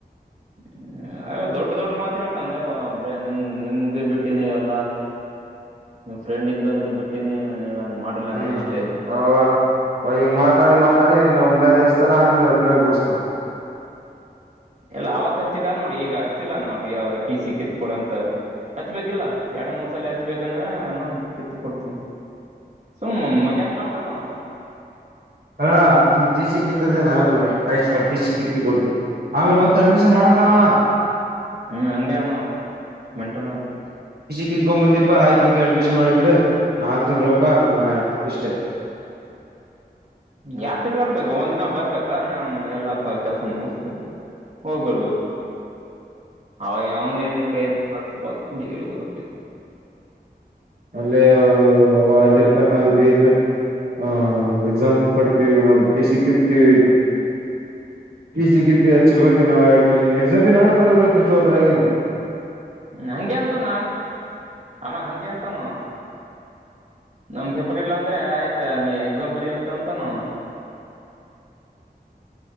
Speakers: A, on the right; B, on the right.
A: ಹ್ಮ ಯ್ಯ ದೊಡ್ಡ ದೊಡ್ಡ ಮಾತ್ ಹೇಳ್ತಾನಲೆ ಒಬ್ರೆ ನಿನ್ ನಿಮಗೆ ಬಿಟ್ಟಿನಿವೆಲ್ಲಾ ನಿಮ್ ಫ್ರೆಂಡ್ ಇದ್ದಂತ ಬಿಟ್ಟಿನಿ ನೀವ ಮಾಡಲ್ಲ
B: ಹ್ಮ್
A: ಇಷ್ಟೇ
B: ಅವ ಅವ ಹಿಂಗ್ ಮಾತಾಡಿ ಮಾತಾಡಿ ನವು ಮ್ಮೇಲೆ ಇರುಸ್ತಾನ ಆಮೇಲ <unintelligible> ವ ಬೂಸ್ತ
A: ಎಲ್ಲ ಅವತ್ ಹಚ್ಚಿದ ನೋಡಿ ಈಗ ಹಚ್ಚಿಲ್ಲ ನೋಡಿ ಟಿ ಸಿ ಕಿತ್ ಕೊಡಂತ ಹಚ್ಬೇಕಿಲ್ಲ ಎರಡ್ ಮೂರ್ ಸಾಲಿ ಹಚ್ಬೇಕಂದ್ರ ನಾವು ಕಿತ್ ಕೊಡ್ತೀನಿ ಸುಮ್ ಮಜಾಕ್ ಮಾಡ್ತನವ
B: ಹಾ ಟಿ ಸಿ ಕಿತ್ತದೇನೆ ಹೌದು ಆಯ್ತ್ ಟಿ ಸಿ ಕಿತ್ತಿ ಕೊಡ್ತವಿ ಆಮೇಲೆ ಮತ್ತ್ ಅಡ್ಮಿಷನ್ ಮಾಡಂತನವ
A: ಹ್ಮ್ ಹಂಗೆ ಅನವ ಮೆಂಟಲ್
B: ಕಿತ್ಕೊ ಬಂದೀಪಾ ಆಯ್ತ್ ಹಿಂಗೆ ಅಡ್ಮಿಷನ್ ಮಾಡ್ಬಿಡ್ ಹಾಕ್ತನ್ ರೊಕ್ಕ ಆಯ್ತು ಇಷ್ಟೇ
A: ಯಾರ್ ತಿರ್ಗಾಡ್ಬೇಕೋ ಒಂದಿನ ಬರ್ಬೇಕಾ ನ ಎಲ್ಲಾ ಕೆಲ್ಸ ಮುಗಿಸತೆ ಹೋಗ್ಬಿಡ್ಬಕೂ ಅವ ಅವನು ಎಲ್ಲಿ ಕೈಯಿಂದ ಹತ್ತ ಬ ಡಿಗ್ರಿ ಹೋದ
B: ಅಲ್ಲೇ ಅವ ಅಲ್ಲಿರ್ತಾನ ನಾವ್ ಇಲ್ಲಿ ಇದ್ದ ಹಾ ಎಕ್ಸಾಮ್ ಕೊಡ್ತೀವಿ ಮತ್ತ ಟಿಸಿ ಕಿತ್ತಿವಿ ಟಿಸಿ ಕಿತ್ತೀವಿ ಹಚ್ಚಬೇಕ ನಾವೆ ಅಡ್ಮಿಶನ್ ಎಕ್ಸಾಮ್ ಬಿ ನಾವೇ ಬರದ ಬರ್ತವಿ ತೋ ಅದ್ರಾಗ ಏನದ
A: ಹ್ಮ ಹಂಗೆ ಅಂತಾನ ಆಮೇಲ್ ಆಮೇಲ್ ಹಂಗೆ ಅಂತಾನ ಅವ ನಮ್ ಫೆಫರಿಲ ಅಂದ್ರೆ ಆಯ್ತ ನೀ ಎಕ್ಸಾಮಂ ಬರಿ ಅಂತ ಅಂತನವ